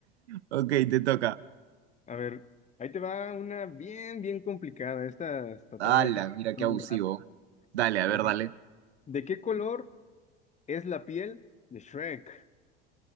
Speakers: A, on the right (about 85°); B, on the left (about 20°).
A: Ok, te toca.
B: A ver, ahí te va una bien, bien complicada. Esta, esta
A: Ala,
B: te va a dejar
A: mira qué
B: pensando
A: abusivo.
B: un rato.
A: Dale, a
B: A
A: ver,
B: ver,
A: dale. <laughs>
B: ¿de qué color es la piel de Shrek?